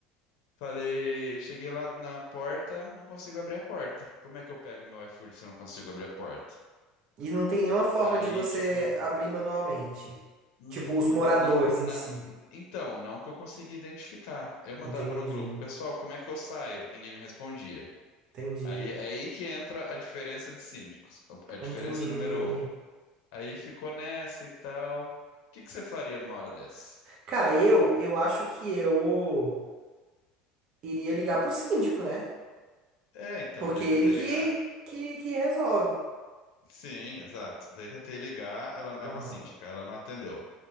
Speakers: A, on the left; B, on the right.
A: Falei, cheguei lá na porta, não consigo abrir a porta. Como é que eu pego meu iFood se eu não consigo abrir a porta?
B: E não tem nenhuma forma
A: Aí,
B: de você
A: tipo,
B: abrir manualmente.
A: n-
B: Tipo, os
A: n-
B: moradores
A: não, co- na-
B: em si.
A: n- então, não que eu consegui identificar. Eu mandava
B: Entendi,
A: no grupo, pessoal, como é que eu saio? Ninguém me respondia.
B: entendi,
A: Aí, é aí que entra a diferença de síndicos, a diferença
B: entendi.
A: número um. Aí ficou nessa e tal. O que que você faria numa hora dessa?
B: Cara, eu, eu acho que eu iria ligar pro síndico, né?
A: É, então,
B: Porque
A: daí
B: ele
A: tentei
B: que,
A: ligar
B: que, que resolve.
A: Sim, exato. Daí tentei ligar, ela
B: Aham.
A: é uma síndica, ela não atendeu.